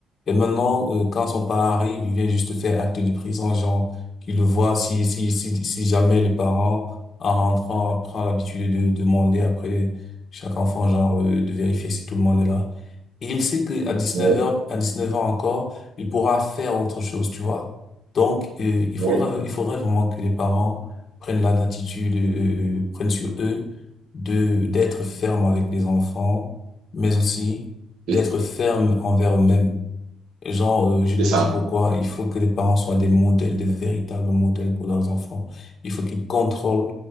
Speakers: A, on the left; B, on the right.
A: Et maintenant, euh, quand son parent arrive, il vient juste faire acte de présence, genre, qu'il le voit si, si, si, si jamais le parent, en rentrant, prend l'habitude de demander après chaque enfant, genre, euh, de vérifier si tout le monde est là. Et il sait que à 19
B: Oui,
A: heures, à 19 heures encore, il pourra faire autre chose, tu vois. Donc, euh, il
B: oui,
A: faudra, il faudrait vraiment que les parents prennent la latitude, euh, euh, prennent sur eux de, d'être ferme avec les enfants, mais aussi d'être
B: c'est
A: ferme envers eux-mêmes. Genre, euh, je le
B: c'est ça.
A: dis pourquoi, il faut que les parents soient des modèles, des véritables modèles pour leurs enfants. Il faut qu'ils contrôlent